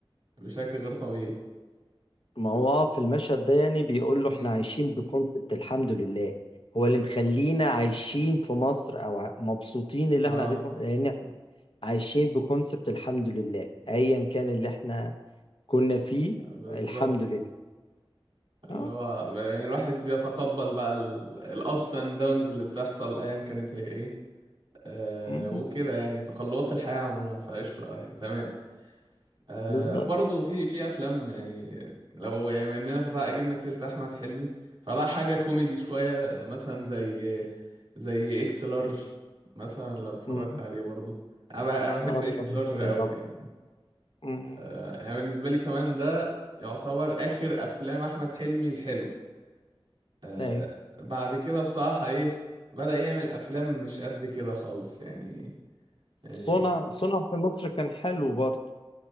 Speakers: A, on the right; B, on the left.
A: بشكل غير طبيعي
B: ما هو في المشهد ده يعني بيقول له
A: امم
B: احنا عايشين بكونسبت الحمد لله هو اللي مخلينا عايشين في مصر او ع- مبسوطين اللي
A: اه
B: احنا قاعدين في مصر لان احنا عايشين بكونسبت الحمد لله ايا كان اللي احنا كنا فيه
A: بالظبط
B: الحمد لله
A: اللي
B: اه
A: هو يعني الواحد بيتقبل بقى الابس اند داونز اللي بتحصل ايا كانت هي ايه آه
B: م-
A: وكده
B: م.
A: يعني تقلبات الحياة عموما فقشطة يعني تمام آه
B: بالظبط
A: برضه في في أفلام يعني لو يعني بما إننا فتح جبنا سيرة أحمد حلمي فبقى حاجة كوميدي شوية مثلا زي زي إكس لارج مثلا لو اتفرجت
B: م.
A: عليه برضه أنا بح- أنا بحب
B: اه اتفضل
A: إكس لارج
B: اتفضل
A: أوي
B: طبعا
A: يعني
B: م- م.
A: آه يعني بالنسبة لي كمان ده يعتبر آخر أفلام أحمد حلمي الحلوة آه
B: ايوه
A: بعد كده بصراحة إيه بدأ يعمل أفلام مش قد كده خالص يعني يعني
B: صنع صنع في مصر كان حلو برضه